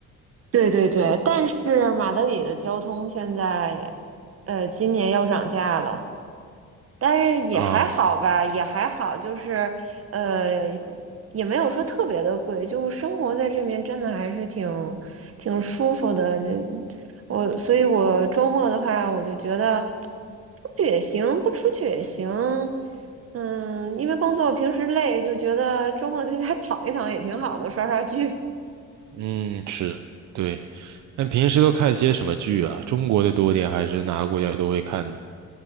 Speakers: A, on the right; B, on the right.
A: 对对对，但是马德里的交通现在，呃，今年要涨价了。但是也还好吧，
B: 啊。
A: 也还好，就是呃，也没有说特别的贵，就生活在这边真的还是挺挺舒服的。嗯我，所以我周末的话，我就觉得出去也行，不出去也行。嗯，因为工作平时累，就觉得周末在家躺一躺也挺好的，刷刷剧。
B: 嗯，是的，对。那平时都看些什么剧啊？中国的多点还是哪个国家都会看呢？